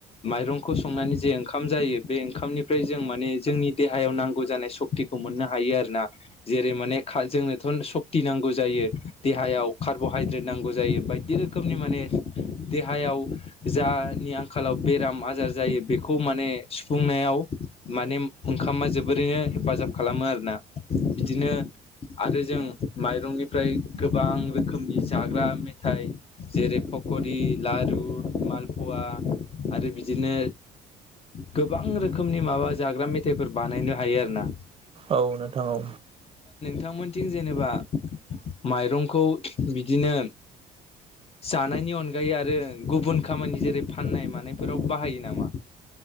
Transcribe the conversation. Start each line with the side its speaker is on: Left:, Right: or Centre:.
Left: माइरंखौ संनानै जे ओंखाम जायो बे ओंखामनिफ्राय जों माने जोंनि देहायाव नांगौ जानाय सक्तिखौ मोन मोननो हायो आरोना जेरै माने जोंनोथ' सक्ति नांगौ जायो देहायाव कार्बहाइड्रेट बिदि नांगौ जायो बायदि रोखोमनि माने देहायाव जानि आंखालाव बेराम माजा जायो बेखौ माने सुफुंनायाव माने ओंखामा जोबोरैनो हेफाजाब खालामो मा आरोना बिदिनो आरो जों माइरंनिफ्राय गोबां रोखोमनि जाग्रा मेथाइ जेरै फब सुरि लारु मालफुवा आरो फिथा बिदिनो गोबां रोखोमनि माबा जाग्रा मेथाइफोर बानायनो हायो आरो ना
Right: औ नोंथां औ।
Left: बिथां मोनथिं जेनेबा माइरंखौ बिदिनो जानायनि अनगायै आरो गुबुन खामानि जेरै फाननाय मानायफोराव ब बाहायो नामा